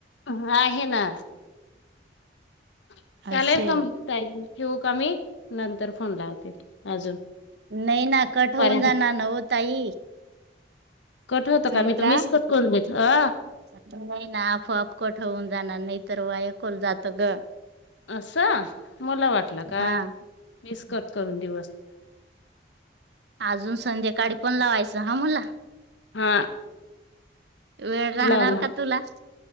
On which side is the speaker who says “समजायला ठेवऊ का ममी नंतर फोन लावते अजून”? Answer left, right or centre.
Left